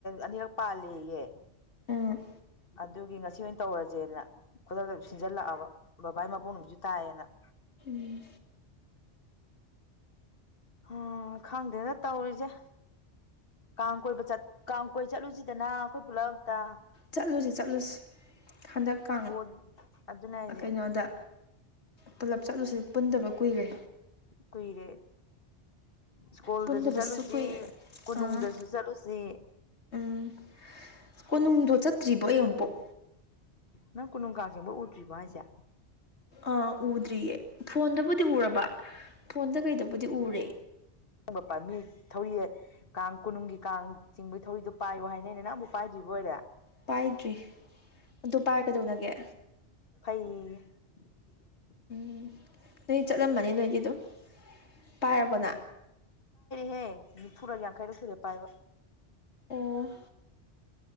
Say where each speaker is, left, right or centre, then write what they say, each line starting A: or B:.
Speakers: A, on the left (about 55°); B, on the left (about 75°).
A: ꯑꯅꯤꯔꯛ ꯄꯥꯜꯂꯤꯌꯦ
B: ꯎꯝ
A: ꯑꯗꯨꯒꯤ ꯉꯁꯤ ꯑꯣꯏꯅ ꯇꯧꯔꯁꯦꯅ ꯈꯨꯗꯛꯇ ꯁꯤꯟꯖꯜꯂꯛꯑꯕ ꯕꯕꯥꯒꯤ ꯃꯄꯣꯛ ꯅꯨꯃꯤꯁꯨ ꯇꯥꯏꯌꯦꯅ ꯎꯝ
B: ꯎ
A: ꯎꯝ ꯈꯪꯗꯦꯅ ꯇꯧꯔꯤꯁꯦ ꯀꯥꯡ ꯀꯣꯏꯕ ꯆꯠ ꯀꯥꯡ ꯀꯣꯏ ꯆꯠꯂꯨꯁꯤꯗꯅ ꯑꯩꯈꯣꯏ ꯄꯨꯂꯞ ꯑꯝꯇ
B: ꯆꯠꯂꯨꯁꯤ ꯆꯠꯂꯨꯁꯤ ꯍꯟꯗꯛꯀ
A: ꯁ꯭ꯀꯣꯟ ꯑꯗꯨꯅꯦ ꯍꯥꯏꯁꯦ
B: ꯀꯩꯅꯣꯗ ꯄꯨꯂꯞ ꯆꯠꯂꯨꯁꯤ ꯄꯨꯟꯗꯕ ꯀꯨꯏꯔꯦ
A: ꯀꯨꯏꯔꯦ ꯁ꯭ꯀꯨꯜꯗꯁꯨ
B: ꯄꯨꯟꯗꯕꯁꯨ
A: ꯆꯠꯂꯨꯁꯤ
B: ꯀꯨꯏꯔꯦ
A: ꯀꯣꯅꯨꯡꯗꯁꯨ
B: ꯑꯥ
A: ꯆꯠꯂꯨꯁꯤ
B: ꯎꯝ ꯀꯣꯅꯨꯡꯗꯣ ꯆꯠꯇ꯭ꯔꯤꯕꯣ ꯑꯩ ꯑꯃꯨꯛꯄꯣꯛ
A: ꯅꯪ ꯀꯣꯅꯨꯡ ꯀꯥꯡꯖꯤꯡꯕ ꯎꯗ꯭ꯔꯤꯕ ꯍꯥꯏꯁꯦ
B: ꯑꯥ ꯎꯗ꯭ꯔꯤꯌꯦ ꯐꯣꯟꯗꯕꯨꯗꯤ ꯎꯔꯕ ꯐꯣꯟꯗ ꯀꯩꯗꯕꯨꯗꯤ ꯎꯔꯦ
A: ꯕ ꯄꯝꯃꯤ ꯊꯧꯔꯤ ꯀꯥꯡ ꯀꯣꯅꯨꯡꯒꯤ ꯀꯥꯡ ꯆꯤꯡꯕꯒꯤ ꯊꯧꯔꯤꯗꯨꯣ ꯄꯥꯏꯌꯨ ꯍꯥꯏꯅꯦꯅꯦ ꯅꯪ ꯑꯃꯕꯨꯛ ꯄꯥꯏꯗ꯭ꯔꯤꯕ ꯑꯣꯏꯔꯦ
B: ꯄꯥꯏꯗ꯭ꯔꯤ ꯑꯗꯨ ꯄꯥꯏꯔ ꯀꯩꯗꯧꯅꯒꯦ
A: ꯐꯩ <unintelligible>
B: ꯎꯝ ꯅꯣꯏ ꯆꯠꯂꯝꯃꯅꯤ ꯅꯣꯏꯗꯤ ꯑꯗꯨꯝ ꯄꯥꯏꯔꯕꯣꯅ
A: ꯍꯦ ꯅꯤꯐꯨꯒ ꯌꯥꯡꯈꯩꯗꯣ ꯁꯨꯔꯦ ꯄꯥꯏꯕ
B: ꯑꯣ